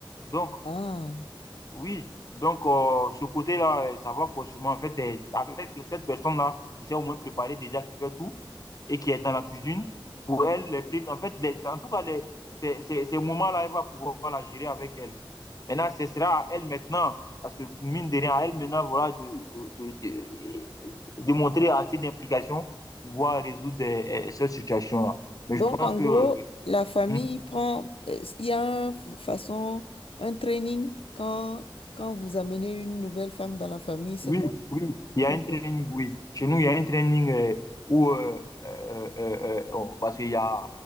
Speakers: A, on the left; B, on the left.
A: Donc,
B: Ah.
A: oui, donc euh, ce côté-là, euh, ça va forcément, en fait, euh, avec cette personne-là qui s'est au moins préparée déjà, qui fait tout et qui est dans la cuisine, pour elle, les primes, en fait, les- en tout cas, les, ces, ces- ces moments-là, elle va pouvoir la gérer avec elle. Maintenant, ce sera à elle maintenant, parce que mine de rien, à elle maintenant, voilà, de, de, de, de, de montrer assez d'implication pour pouvoir résoudre euh, euh, cette situation-là. Mais
B: Donc,
A: je pense
B: en
A: que
B: gros,
A: euh,
B: la famille
A: hmm,
B: prend, euh, il y a une façon, un training quand, quand vous amenez une nouvelle femme dans la famille, c'est
A: oui,
B: comme...
A: oui, il y a
B: Ok.
A: un training, oui. Chez nous, il y a un training euh, où, euh, euh, euh, euh, parce qu'il y a,